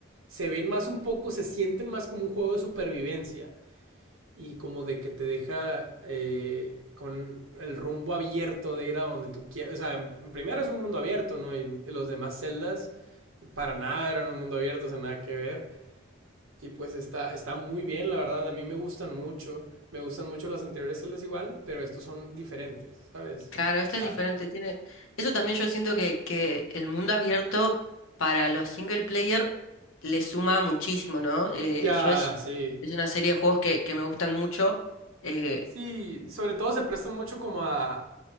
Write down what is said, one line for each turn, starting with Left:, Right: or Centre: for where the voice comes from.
Right: Se ven más un poco, se sienten más como un juego de supervivencia. Y como de que te deja eh, con el rumbo abierto de ir a donde tú quieras. O sea, en primero es un mundo abierto, ¿no? Y los demás celdas para nada eran un mundo abierto, o sea, nada que ver. Y pues está, está muy bien, la verdad, a mí me gustan mucho. Me gustan mucho las anteriores celdas igual, pero estos son diferentes, ¿sabes?
Left: Claro, esto
Right: O sea,
Left: es diferente, tiene... Eso también yo siento que, que el mundo abierto para los single player le suma muchísimo, ¿no? Eh,
Right: ya,
Left: yo es,
Right: sí.
Left: es una serie de juegos que, que me gustan mucho. eh,
Right: Sí, sobre todo se prestan mucho como a